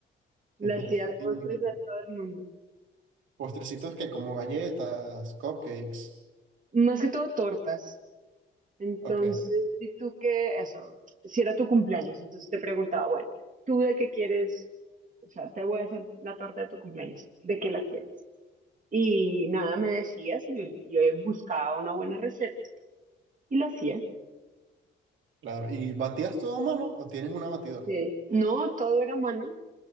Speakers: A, on the right (about 40°); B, on the right (about 75°).
A: Le
B: <laughs>
A: hacía postres
B: Y
A: a todo el mundo.
B: postrecitos que como galletas, cupcakes.
A: Más que todo tortas. Entonces,
B: Ok,
A: di tú que eso, si era tu cumpleaños, entonces te preguntaba, bueno, ¿tú de qué quieres? O sea, te voy a hacer la torta de tu cumpleaños, ¿de qué la quieres? Y nada, me decías y yo, yo buscaba una buena receta y la hacía.
B: claro. ¿Y batías todo a mano o tienes una batidora?
A: Sí. No, todo era a mano,